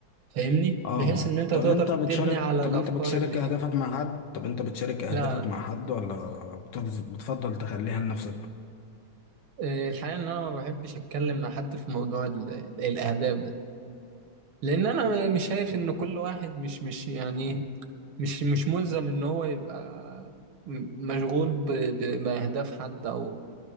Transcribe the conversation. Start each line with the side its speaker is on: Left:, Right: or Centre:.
Right: فاهمني
Left: اه
Right: بحيث ان انت
Left: طب
Right: تقدر
Left: انت
Right: تبني
Left: بتشارك
Right: على
Left: طب
Right: الافكار
Left: انت بتشارك
Right: اللي فيه
Left: اهدافك مع حد طب انت بتشارك اهدافك
Right: لا لا
Left: مع حد ولا بتف- بتفضل تخليها لنفسك
Right: آه، الحقيقه ان انا ما بحبش اتكلم مع حد في موضوع ال- الاهداف ده لان انا مش شايف ان كل واحد مش مش يعني إيه، مش مش ملزم ان هو يبقى م- مشغول ب- ب- باهداف حد او